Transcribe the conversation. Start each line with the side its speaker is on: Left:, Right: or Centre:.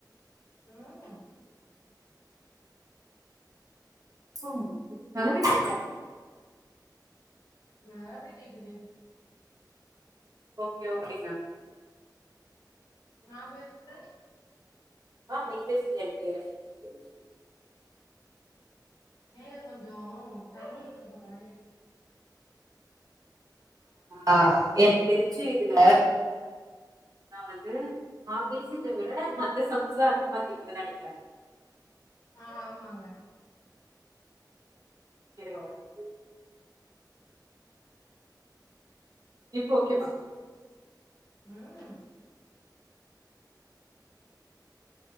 Left: ம்
Right: ம் கழுவிட்ருக்கே
Left: நல்லாவே கேக்குது
Right: ஓகே ஓகேங்க
Left: நா பேசுது
Right: அ நீங்க பேசுது எனக்கு கிளியரா கேக்குது
Left: ஏ கொஞ்சோ தமிழ்த சொல்ற கேக்குது
Right: ஆ எனக்கு தெரிஞ்சு இதுல நா வந்து நா பேசத விட மத்த சவுண்ஸ் எல்லா அதிகமா கேக்குதுனு நெனைக்கிறே
Left: ஆ ஆமாங்க
Right: <unintelligible> இப்போ ஓகே வா
Left: ம்